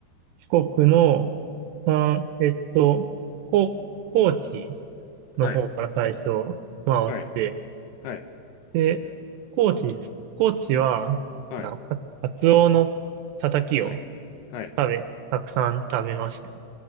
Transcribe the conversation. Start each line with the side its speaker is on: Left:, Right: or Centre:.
Right: 四国の、まあ、えっと、こ、高知の方から最初回って、
Left: はい。はい。はい。
Right: で、高知です。高知は、
Left: はい。
Right: あの、かカツオのたたきを
Left: はい。はい。
Right: 食べ、たくさん食べましたね。